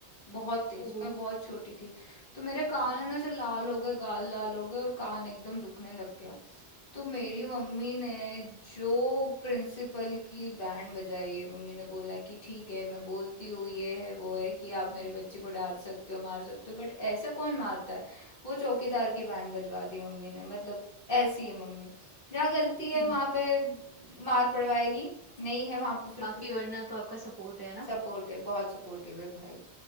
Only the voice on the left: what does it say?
बहुत तेज
मैं बहुत छोटी थी तो मेरे कान
है ना ऐसे लाल हो गए गाल लाल हो गए और कान एकदम दुखने लग गया तो मेरी
मम्मी ने जो प्रिंसिपल की बैंड बजाई है मम्मी ने बोला कि ठीक है मैं बोलती हूँ ये है वो है कि आप मेरे
बच्चे को डांट सकते हो मार सकते हो बट ऐसा कौन मारता है वो चौकीदार की बैंड बजवा दी मम्मी ने मतलब ऐसी है मम्मी जहाँ गलती है
वहाँ पे मार पड़वाएगी नहीं है वहाँ पे फिर
तो फिर
सपोर्ट है बहुत सपोर्टिव है भाई